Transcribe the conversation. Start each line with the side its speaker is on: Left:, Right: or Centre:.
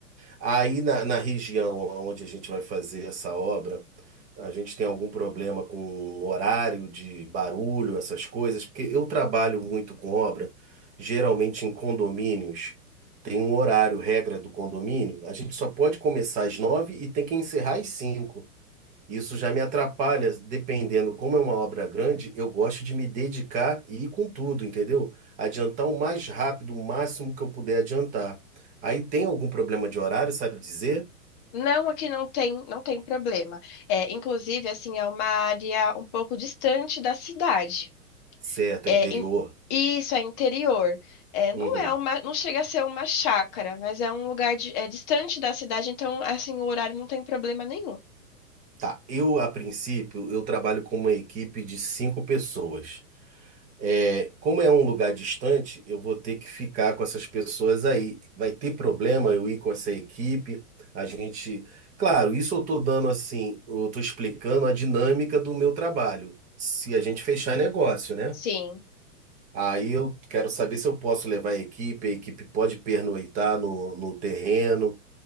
Right: Aí na, na região onde a gente vai fazer essa obra, a gente tem algum problema com horário de barulho, essas coisas? Porque eu trabalho muito com obra, geralmente em condomínios. Tem um horário, regra do condomínio. A gente só pode começar às nove e tem que encerrar às cinco. Isso já me atrapalha, dependendo como é uma obra grande, eu gosto de me dedicar e ir com tudo, entendeu? Adiantar o mais rápido, o máximo que eu puder adiantar. Aí tem algum problema de horário, sabe dizer?
Left: Não, aqui não tem, não tem problema. É, inclusive, assim, é uma área um pouco distante da cidade.
Right: Certo,
Left: É,
Right: é interior.
Left: in- isso é interior. É, não
Right: Uhum.
Left: é uma, não chega a ser uma chácara, mas é um lugar de- é distante da cidade, então, assim, o horário não tem problema nenhum.
Right: Tá, eu a princípio, eu trabalho com uma equipe de cinco pessoas. É, como é um lugar distante, eu vou ter que ficar com essas pessoas aí. Vai ter problema eu ir com essa equipe? A gente. Claro, isso eu estou dando assim, eu estou explicando a dinâmica do meu trabalho. Se a gente fechar negócio, né?
Left: Sim.
Right: Aí eu quero saber se eu posso levar a equipe, a equipe pode pernoitar no, no terreno. O